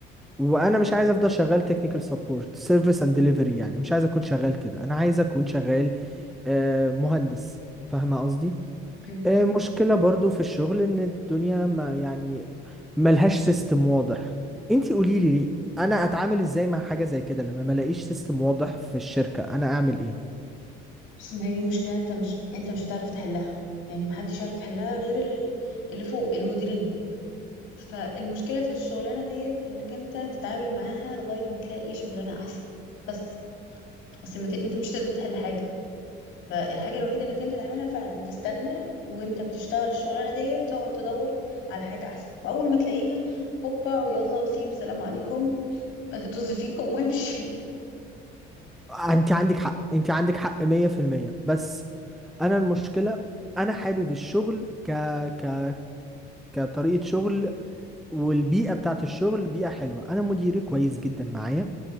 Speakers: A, in the centre; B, on the left (about 70°).
A: وانا مش عايز افضل شغال تكنيكال سبورت سيرفيس اند ديليفري يعني مش عايز اكون شغال كده انا عايز اكون شغال آه، مهندس فاهمه قصدي
B: مم.
A: آه، مشكلة برضو في الشغل ان الدنيا ما يعني ملهاش سيستم واضح انتي قوليلي لي انا اتعامل ازاي مع حاجة زي كده لما ملاقيش سيستم واضح في الشركة انا اعمل ايه
B: بص ما هي دي مشكلة انت مش انت مش هتعرف تحلها يعني محدش يعرف يحلها غير ال... اللي فوق المديرين فالمشكلة في الشغلانة ديت انك انت تتعامل معاها لغاية ما تلاقي شغلانة احسن بس اصل ما ت... انت مش تقدر تحل حاجة فالحاجة الوحيدة انك انت تعملها فعلا تستنى وانت بتشتغل الشغلانة ديت تقعد تدور على حاجة احسن واول ما تلاقيها هوبا ويلا وسيب سلام عليكم <laughs> طز فيكم وامشي
A: انتي عندك حق انتي عندك حق مية في المية بس انا المشكلة انا حابب الشغل ك ك كطريقة شغل والبيئة بتاعت الشغل بيئة حلوة انا مديري كويس جدا معايا